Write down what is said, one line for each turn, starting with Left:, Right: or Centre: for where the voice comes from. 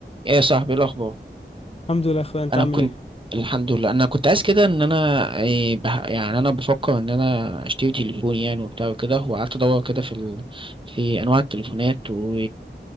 Right: ايه يا صاحبي إيه الاخبار
Left: الحمد لله يا اخويا انت
Right: انا
Left: عامل
Right: كنت
Left: ايه
Right: الحمد لله انا كنت عايز كده ان انا إيه بح... يعني انا بفكر ان انا اشتري تليفون يعني وبتاع وكده وقعدت ادور كده في ال... في انواع التليفونات و...